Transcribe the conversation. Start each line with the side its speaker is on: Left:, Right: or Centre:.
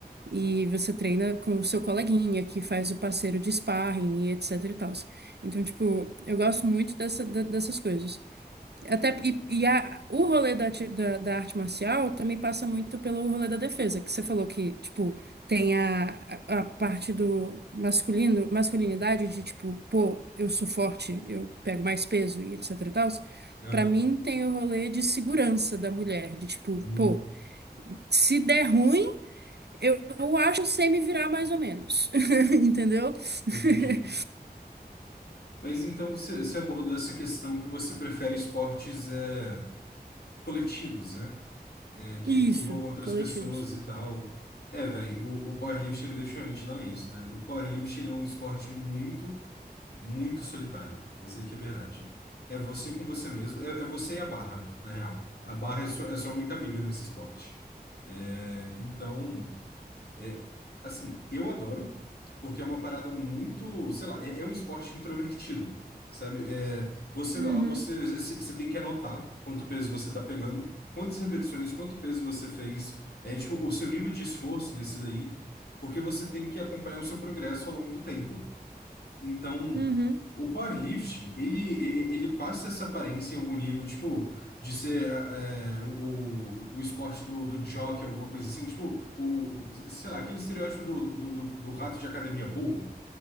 Right: E você treina com o seu coleguinha que faz o parceiro de sparring e etc e tal. Então, tipo, eu gosto muito dessa, da- dessas coisas. Até, e, e a- o rolê da, ati- da, da arte marcial também passa muito pelo rolê da defesa, que você falou que, tipo, tem a, a, a parte do masculino, masculinidade de, tipo, pô, eu sou forte, eu pego mais peso e etc e tal.
Left: Aham.
Right: Pra mim, tem o rolê de segurança da mulher, de, tipo,
Left: Hum,
Right: pô, se der ruim. Eu, eu acho que eu sei me virar mais ou menos, <laughs> entendeu?
Left: entendi.
Right: <laughs>
Left: Mas então você você abordou essa questão que você prefere esportes é, coletivos, né? É, que,
Right: Isso,
Left: que envolvam outras
Right: coletivos.
Left: pessoas e tal. É, velho, o, o powerlifting ele definitivamente não é isso, né? O powerlifting ele é um esporte muito, muito solitário. Vou dizer que é verdade. É você com você mesmo, é, é você e a barra, na real. A barra é sua, é sua única amiga nesse esporte. É, então. É, assim, eu adoro, porque é uma parada muito, sei lá, é, é um esporte introvertido, sabe? É, você
Right: Uhum,
Left: vai lá, você, c- você tem que anotar quanto peso você tá pegando, quantas repetições, quanto peso você fez, é tipo, o seu nível de esforço nesse daí, porque você tem que acompanhar o seu progresso ao longo do tempo. Então,
Right: uhum.
Left: o powerlifting, ele, e- e- ele passa essa aparência em algum nível, tipo, de ser é, é, o, o esporte do, do jockey, alguma coisa assim, tipo, o, o- sei lá, aquele estereótipo do, do, do, do rato de academia burro.